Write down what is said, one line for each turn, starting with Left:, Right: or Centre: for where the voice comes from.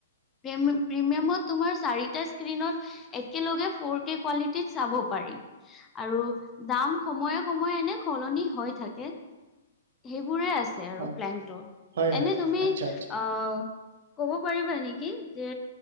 Left: প্ৰিম প্ৰিমিয়ামত তোমাৰ চাৰিটা স্ক্ৰিনত একেলগে, ফ'ৰ কে কোৱালিটিত চাব পাৰি আৰু, দাম সময়ে সময়ে এনে সলনি হৈ থাকে। সেইবোৰে আছে আৰু
Right: হয়
Left: প্লেনটো
Right: হয়
Left: এনে
Right: হয়
Left: তুমি
Right: আচ্ছা আচ্ছা
Left: আহ, ক'ব পাৰিবা নেকি যে